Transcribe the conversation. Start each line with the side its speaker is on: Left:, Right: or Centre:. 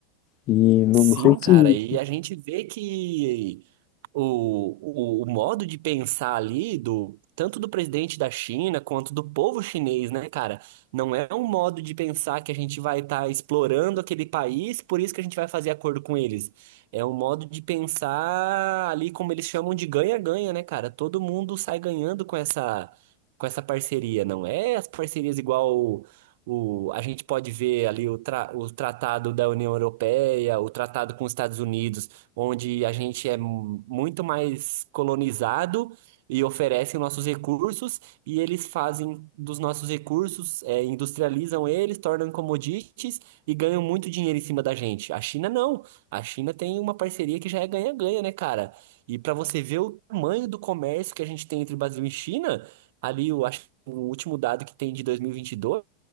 Left: E não,
Right: Sim,
Left: não sei
Right: cara, e
Left: se...
Right: a gente vê que o, o, o modo de pensar ali do tanto do presidente da China quanto do povo chinês, né, cara? Não é um modo de pensar que a gente vai estar explorando aquele país, por isso que a gente vai fazer acordo com eles. É um modo de pensar ali como eles chamam de ganha-ganha, né, cara? Todo mundo sai ganhando com essa com essa parceria, não é as parcerias igual o, o- a gente pode ver ali o, tra, o tratado da União Europeia, o tratado com os Estados Unidos onde a gente é mu- muito mais colonizado e oferecem nossos recursos, e eles fazem dos nossos recursos, é, industrializam eles, tornam commodities e ganham muito dinheiro em cima da gente. A China não. A China tem uma parceria que já é ganha-ganha, né, cara? E para você ver o tamanho do comércio que a gente tem entre Brasil e China, ali eu acho que o último dado que tem de 2022